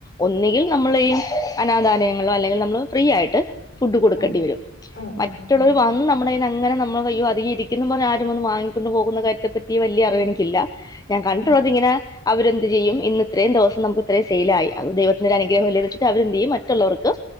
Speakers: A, on the left; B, on the left.
A: ഒന്നുങ്കിൽ നമ്മളെയും അനാഥാലയങ്ങളോ അല്ലെങ്കിൽ നമ്മള് ഫ്രീ ആയിട്ട് ഫുഡ് കൊടുക്കണ്ടി
B: ഉം
A: വരും
B: ഉം ഉം
A: മറ്റുള്ളവർ
B: ഉം ഉം
A: വന്ന് നമ്മുടെങ്ങനെ നമ്മ അയ്യോ അതികഇരിക്കുന്നു പറഞ്ഞ് ആരും വന്ന് വാങ്ങിക്കൊണ്ട് പോകുന്ന കാര്യത്തെ പറ്റി വല്ല്യ
B: ഉം
A: അറിവ് എനിക്കില്ല. ഞാൻ കണ്ടിട്ടുള്ളത്
B: ഉം
A: ഇങ്ങനെ അവര്ന്ത് ചെയ്യും
B: ഉം
A: ഇന്ന് ഇത്രയും ദിവസം നമുക്ക് ത്രയും സെയിലായി ദൈവത്തിന്റെ അനുഗ്രഹംല്ലേന്ന് വെച്ചിട്ട് അവരെന്ത്യ്യും മറ്റുള്ളവർക്ക്